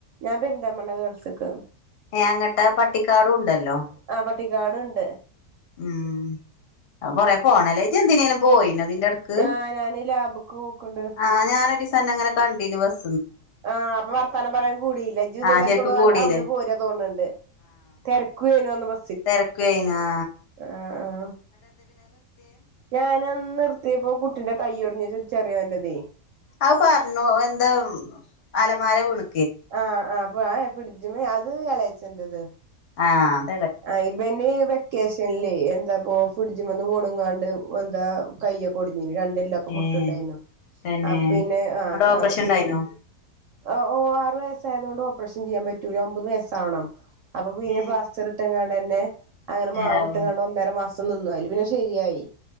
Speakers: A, on the right; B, on the left.
A: ഞാൻ പെരിന്തൽമണ്ണ ഗേൾസ്ക്ക്
B: ഏഹ് അങ്ങട്ടാ പട്ടിക്കാടുണ്ട ല്ലോ
A: ആഹ് പട്ടിക്കാട്ണ്ട്
B: ഉം അഹ് കൊറെ പോണെലേ ജ്ജ്ന്തിനേലും പോയിനൊ ഇതിന്റെ എടക്ക്
A: ആഹ് ഞാന് ലാബ്ക്ക് പോക്ക്ണ്ട്
B: ആഹ് ഞാനൊരീസ അന്നങ്ങനെ കണ്ടിനു ബസ്
A: ആഹ് അപ്പൊ വർത്താനം പറയാൻ കൂടിയില്ല ജുതെമാർക്ക്
B: ആഹ് ശരിക്കും
A: എവ്ടു
B: കൂടിയില്ലല്ലോ
A: അവിടുന്ന് പോരാ തോന്ണ്ട് തിരക്കനു ബ
B: തെരക്കായിനൊ? ആ
A: ആ ആ ഞാനന്ന് നിർത്തിയപ്പോ കുട്ടിന്റെ കയ്യോടിഞ്ഞ് ചെറിയോണ്ടതേ
B: അങ് പറഞ്ഞു എന്താ അലമാര വിണു
A: ആഹ് ആപ്പോ ഫിഡ്ജ്മ്മെ അത് എളയച്ചന്റത്.
B: ആഹ
A: ആഹ് ഇപൻ വെക്കേഷനല്ലേ എന്താപ്പോ ഫുഡ്ജ്മന്ന് വിണക്കാണ്ട്. എന്താ കയൊകൊടുഞ്ഞിനി രണ്ട് എല്ലക്കെ പൊട്ടുണ്ടായിരുന്നു.
B: ഏഹ് തന്നെ
A: അ പിന്നെ ആ
B: അവിടെ ഓപ്പറേഷൻ
A: അപ്പൊ പി
B: ഉണ്ടായിനോ
A: ഓ ആറു വയസായയതുകൊണ്ട് ഓപ്പറേഷൻ ചെയ്യാൻ പറ്റൂല. ഒമ്പത് വയസാവണം അപ്പൊ പിന്നെ
B: ഏഹ്
A: പസ ങ്ങാന്നെ അങ്ങനെ
B: നേരാവോണ്ട്
A: മാവട്ടുംങ്ങാണ്ട് ഒന്നര മാസം നിന്നു. അയ്ല് പിന്നെ ശരിയായി.